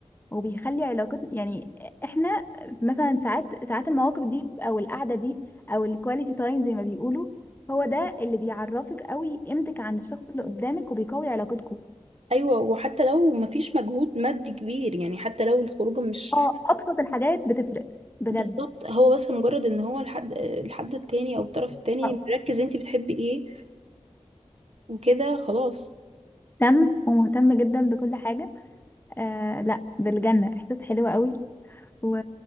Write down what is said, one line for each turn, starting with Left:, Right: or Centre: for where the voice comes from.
Left: وبيخلي علاقتنا يعني احنا مثلا ساعات ساعات المواقف دي او القعده دي او الكواليتي تايم زي ما بيقولوا هو ده اللي بيعرفك قوي قيمتك عند الشخص اللي قدامك وبيقوي علاقتكم
Right: ايوه وحتى لو مفيش مجهود مادي كبير يعني حتى لو الخروجه مش
Left: اه ابسط الحاجات بتفرق بجد
Right: بالظبط هو بس مجرد ان هو الحد الحد التاني او الطرف التاني
Left: آه.
Right: مركز انت بتحبي ايه وكده خلاص
Left: مهتم ومهتم جدا بكل حاجه آه لا بالجنه احساس حلو قوي و...